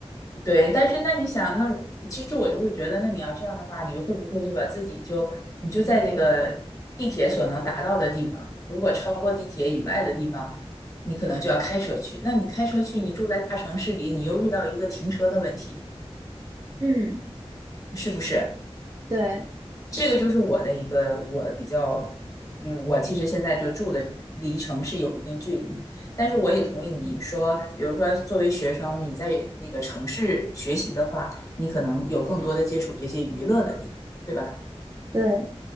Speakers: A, on the left; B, on the right.
A: 对，但是那你想，那我其实我就会觉得，那你要这样的话，你会不会就把自己就你就在这个地铁所能达到的地方，如果超过地铁以外的地方，你可能就要开车去。那你开车去，你住在大城市里，你又遇到一个停车的问题，
B: 嗯
A: 是不是？
B: 对
A: 这个就是我的一个我比较，嗯，我其实现在就住的离城市有一定距离，但是我也同意你说，比如说作为学生，你在那个城市学习的话，你可能有更多的接触这些娱乐的地方，对吧？
B: 对。